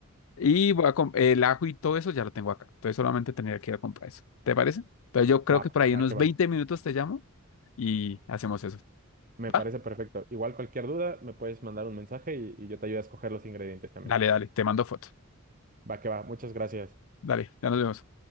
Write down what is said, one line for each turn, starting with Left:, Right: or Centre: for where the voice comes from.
Left: y voy a com- el ajo y todo eso ya lo tengo acá, entonces solamente tendría que ir a comprar eso. ¿Te parece? Entonces yo creo
Right: va,
Left: que por ahí
Right: va
Left: unos
Right: que
Left: 20
Right: va.
Left: minutos te llamo y hacemos eso.
Right: Me parece
Left: ¿Va?
Right: perfecto. Igual cualquier duda, me puedes mandar un mensaje y, y yo te ayudo a escoger los ingredientes también.
Left: Dale, dale, te mando fotos.
Right: Va que va. Muchas gracias.
Left: Dale, ya nos vemos.